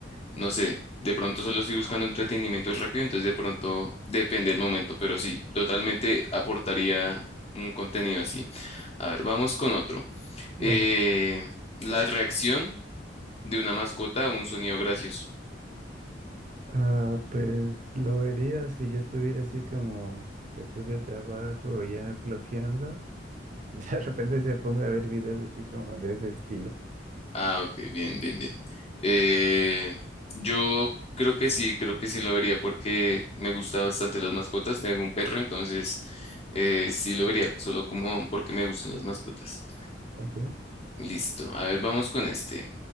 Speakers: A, on the left (about 35°); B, on the right (about 40°).
A: no sé, de pronto solo estoy buscando entretenimiento rápido, entonces de pronto depende el momento, pero sí, totalmente aportaría un contenido así. A ver, vamos con otro.
B: Vale.
A: Eh, la reacción de una mascota a un sonido gracioso.
B: Ah, pues lo vería si yo estuviera así como después del trabajo ya flojeando. <laughs> De repente se ponga a ver videos así como de ese estilo.
A: Ah, ok, bien, bien, bien. Eh, yo creo que sí, creo que sí lo vería porque me gustan bastante las mascotas. Tengo un perro, entonces eh, sí lo vería, solo como porque me gustan las mascotas.
B: Ok.
A: Listo, a ver, vamos con este.